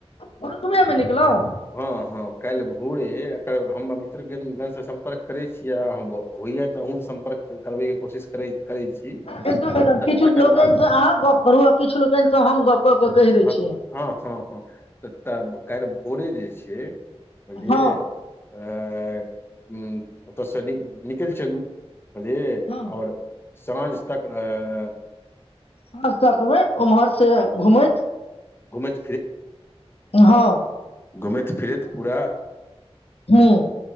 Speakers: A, on the left; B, on the left.
A: भोरुकबेमे निकलब।
B: हँ हँ काल्हि भोरे एकर हम मित्रगण गण सं सम्पर्क करै छियै आ भो। होइया त अहुंसँ सम्पर्क करबैके कोशिश करै करै छी।
A: एकदम एकदम
B: तकर
A: किछु लोकनि
B: बाद
A: सं अहाँ गप करू आ किछु लोकनि सं हम गप क क कहि दै
B: हँ
A: छियैन।
B: हँ हँ हँ त त काल्हि भोरे जे छै बुझलियै।
A: हँ
B: अ हुं ओत सँ निकेल निकलि चलू। बुझलिअइ
A: हँ
B: आओर साँझ तक अ अ।
A: सांझ तक एबै उम्हर सं घुमैत
B: घुमैत
A: हँ।
B: घूमैत फिरैत पूरा।
A: हुं।